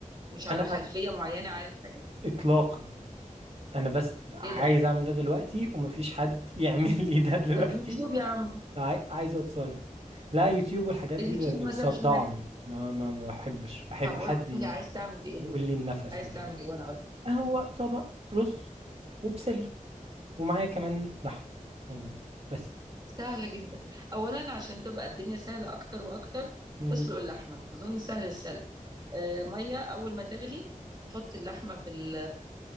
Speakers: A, on the right; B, on the right.
A: مش على
B: انا
A: خلفية
B: أ-
A: معينة عارف حاجة
B: اطلاقا انا بس عايز
A: ايه ده
B: اعمل ده دلوقتي ومفيش حد <laughs> يعمل لي ده دلوقتي
A: طب يوتيوب يا عم
B: عاي- عايز اتصرف لا يوتيوب والحاجات
A: اليوتيوب
B: دي ب- بتصدعني
A: ما سابش حاجة
B: ما ما ما بحبش بحب
A: طب قول
B: حد ي-
A: لي عايز تعمل ايه
B: يقول لي النفس
A: عايز
B: وكده
A: تعمل ايه وانا اقول لك.
B: هو طبق رز وبسلة ومعايا كمان لحمة موجودة بس
A: سهلة جدا اولا عشان تبقى الدنيا سهلة اكتر واكتر
B: مم.
A: اسلق اللحمة اظن سهل السلق آه مية اول ما تغلي حط اللحمة في ال